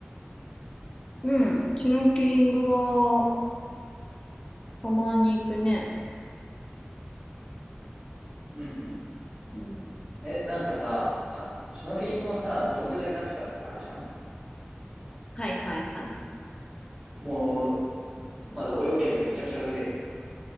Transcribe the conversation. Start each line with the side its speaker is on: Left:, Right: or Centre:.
Left: うん。シュノーケリングは、たまに行くね。
Right: うんうん。
Left: うん。
Right: え、なんかさ、シュノーケリングもさ、どんぐらいガチかとかあるじゃん。
Left: はいはいはい。
Right: もう、まず泳げる。めちゃくちゃ泳げる。